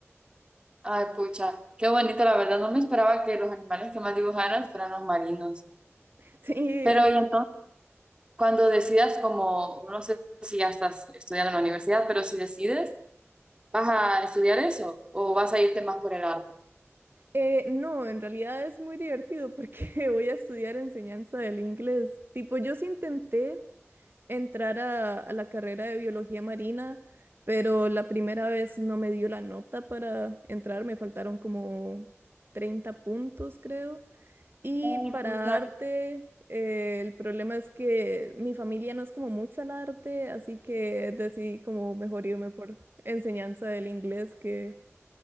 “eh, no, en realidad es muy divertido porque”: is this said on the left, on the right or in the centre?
Right